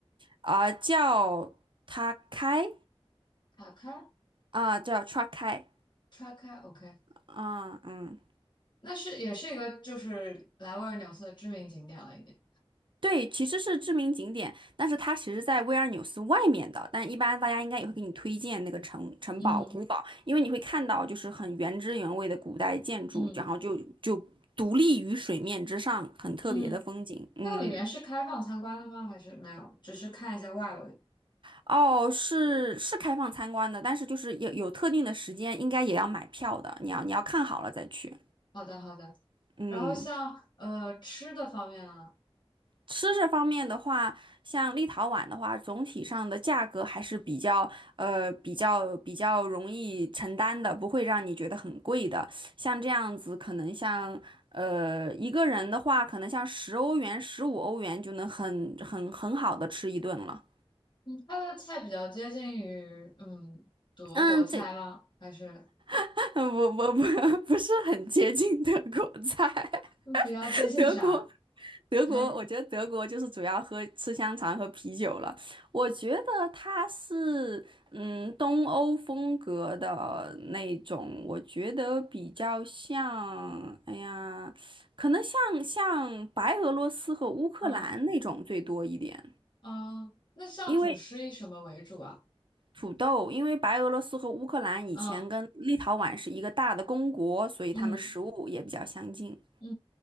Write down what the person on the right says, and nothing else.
啊、呃叫塔开
啊、呃叫 t r a k a
啊，嗯，
对，其实是知名景点，但是它其实在威尔纽斯外面的。但一般大家应该也会给你推荐那个城城堡、
古堡，因为你会看到就是很原汁原味的古代建筑，
然后就就独立于水面之上，很特别的风景。
嗯，
哦，是是开放参观的，但是就是有有特定的时间，应该也要买票的。你要你要看好了再去。
嗯。
吃这方面的话，像立陶宛的话，总体上的价格还是比较呃比较比较容易承担的，不会让你觉得很贵的。像这样子，可能像呃一个人的话，可能像十欧元、十五欧元就能很很很好的吃一顿了。
嗯，这
<laughs> 我我不 <laughs> 不是很接近德国菜，
<laughs> 德国德国，
我觉得德国就是主要喝吃香肠和啤酒了。我觉得它是嗯东欧风格的那种，我觉得比较像，哎呀，可能像像白俄罗斯和乌克兰那种最多一点，
因为土豆，因为白俄罗斯和乌克兰以前跟立陶宛是一个大的公国，
所以他们食物也比较相近。